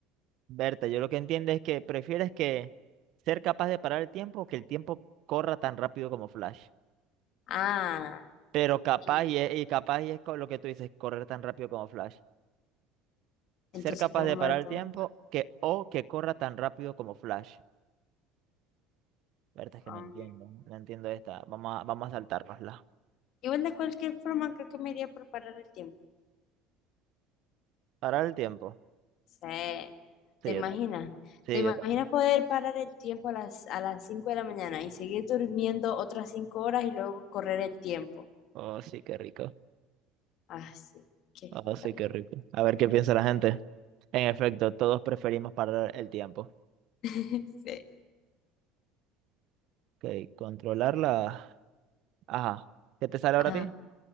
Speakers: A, on the right; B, on the left.
A: Berta, yo lo que entiendo es que prefieres que ser capaz de parar el tiempo o que el tiempo corra tan rápido como Flash.
B: Ah,
A: Pero capaz
B: y
A: y, es- y capaz y es con lo que tú dices, correr tan rápido como Flash.
B: entonces,
A: Ser capaz
B: ¿cómo
A: de
B: maratón?
A: parar el tiempo que o que corra tan rápido como Flash. La verdad es que
B: Um,
A: no entiendo. No entiendo esta. Vamos a, vamos a saltárnosla.
B: igual de cualquier forma, creo que me iría por parar el tiempo.
A: Parar el tiempo.
B: Sí.
A: Sí,
B: ¿Te imaginas?
A: yo también. Sí,
B: ¿Te imaginas
A: yo también.
B: poder parar el tiempo a las, a las 5 de la mañana y seguir durmiendo otras 5 horas y luego correr el tiempo?
A: Oh, sí, qué rico.
B: Ah, sí, qué espectacular.
A: Oh, sí, qué rico. A ver qué piensa la gente. En efecto, todos preferimos parar el tiempo.
B: <laughs> Sí.
A: Ok, controlar la... Ajá. ¿Qué te sale
B: Ah,
A: ahora a ti?